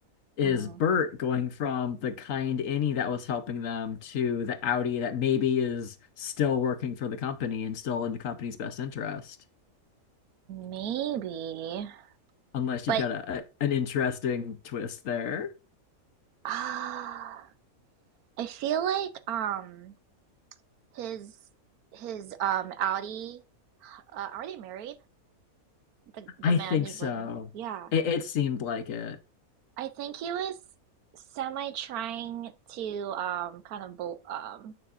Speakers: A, on the left (about 65°); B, on the right (about 90°).
A: is
B: mm,
A: Bert going from the kind innie that was helping them to the Audi that maybe is still working for the company and still in the company's best interest.
B: maybe,
A: Unless
B: but
A: you've got a, a- an interesting twist there.
B: ah, I feel like um his his um Audi uh, are they married? The the
A: I
B: man
A: think
B: he's
A: so.
B: living. Yeah,
A: It, it seemed like it.
B: I think he was semi trying to um kind of bul- um